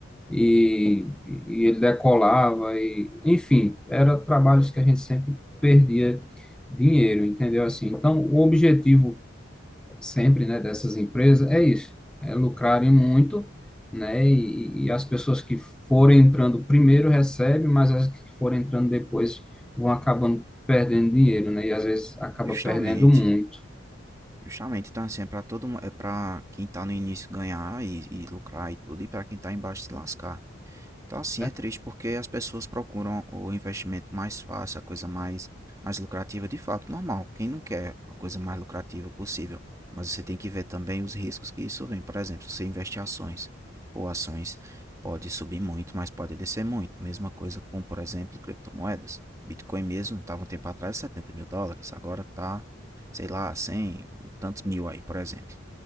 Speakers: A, in the centre; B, on the right.
A: e, e ele decolava e, enfim, era trabalhos que a gente sempre perdia dinheiro, entendeu? Assim, então, o objetivo sempre, né, dessas empresas é isso, é lucrarem muito, né, e, e as pessoas que forem entrando primeiro recebem, mas as que forem entrando depois vão acabando perdendo dinheiro, né, e às vezes acaba
B: Justamente,
A: perdendo muito,
B: justamente. Então, assim, é pra todo, mu- é pra quem tá no início ganhar e, e lucrar e tudo, e pra quem tá embaixo se lascar. Então, assim,
A: né?
B: é triste porque as pessoas procuram o investimento mais fácil, a coisa mais, mais lucrativa, de fato, normal. Quem não quer a coisa mais lucrativa possível? Mas você tem que ver também os riscos que isso vem. Por exemplo, se você investe em ações, pô, ações pode subir muito, mas pode descer muito. Mesma coisa com, por exemplo, criptomoedas. Bitcoin mesmo estava um tempo atrás setenta mil dólares, agora tá, sei lá, 100 um tantos mil aí, por exemplo.